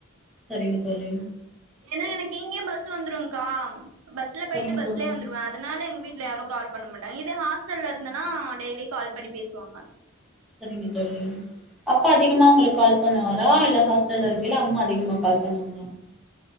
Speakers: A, in the centre; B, on the right.
A: சரிங்க தோழி
B: ஏனா எனக்கு இங்கயே பஸ் வந்துரும்கா பஸ்ல
A: சரிங்க
B: போயிட்டு பஸ்லயே
A: தோழி
B: வந்துருவே அதனால எங்க வீட்ல யாரும் கால் பண்ண மாட்டாங்க இது ஹாஸ்டல்ல இருந்தன்னா டெய்லி கால் பண்ணி பேசுவாங்க
A: சரிங்க தோழி அப்பா அதிகமா உங்களுக்கு கால் பண்ணுவாரா இல்ல ஹாஸ்டல்ல இருக்கைல அம்மா அதிகமா கால் பண்ணுவாங்களா